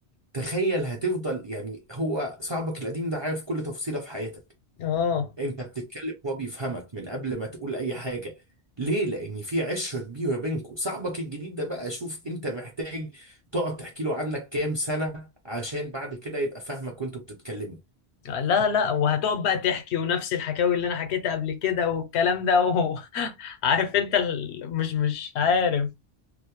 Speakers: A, on the right; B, on the left.
A: تخيل هتفضل يعني هو صاحبك القديم ده عارف كل تفصيله في حياتك
B: اه
A: انت بتتكلم هو بيفهمك من قبل ما تقول اي حاجه ليه؟ لأن في عشرة كبيرة بينكوا، صاحبك الجديد ده بقى شوف أنت محتاج تقعد تحكي له عنك كام سنة عشان بعد كده يبقى فاهمك وأنتوا بتتكلموا،
B: لا لا وهتقعد بقى تحكي ونفس الحكاوي اللي انا حكيتها قبل كده والكلام ده و... <laughs> عارف انت ال... مش مش عارف